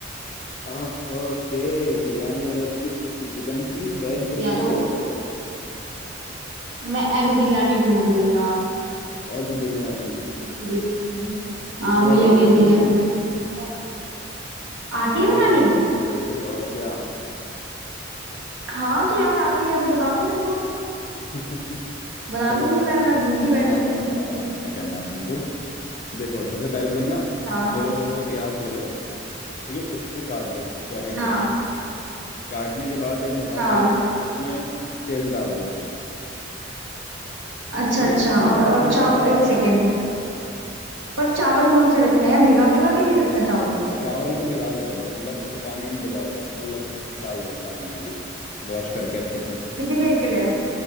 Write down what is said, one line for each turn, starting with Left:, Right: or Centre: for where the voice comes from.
Left: आह, ओके बिरयानी मतलब किस चीज़ की चिकन की वेज बिरयानी
Right: या तो
Left: क्या
Right: मैं एग बिरयानी ढूंढ रही हूँ यार
Left: एग बिरयानी
Right: इतनी देर से हाँ
Left: मैं
Right: मिल
Left: बताऊँ
Right: नहीं
Left: कैसे
Right: रही
Left: बनती
Right: है
Left: है
Right: तो आती
Left: अगर
Right: है बनानी
Left: तो अरे और क्या
Right: हाँ तो यार आती है तो बता दो मेरे को
Left: <laughs>
Right: बना
Left: चलो
Right: लूंगी
Left: बताता
Right: मैं मैं भूखी बैठी
Left: बताता
Right: हुई
Left: हूँ
Right: हूँ जब
Left: बताता हूँ
Right: से।
Left: क्या करना है तुमको देखो सबसे पहले तुम ना
Right: हाँ
Left: दो दो प्याज ले लो ठीक है उसको काट दो चॉपिंग
Right: हाँ
Left: करके काटने के बाद एक भगोना
Right: हाँ
Left: लो उसमें तेल डाल दो
Right: अच्छा
Left: ठीक
Right: अच्छा
Left: है खाने
Right: और और
Left: खाने
Right: चाव
Left: का तेल डालना
Right: एक सेकेंड पर चावल कौन से रखने हैं भिगा भिगा के नहीं रखना चावल को
Left: चावल को भिगा लो पहले मतलब उसे पानी में डुबा मतलब डाल दो पानी में अभी वॉश करके अच्छे से
Right: कितनी देर के लिए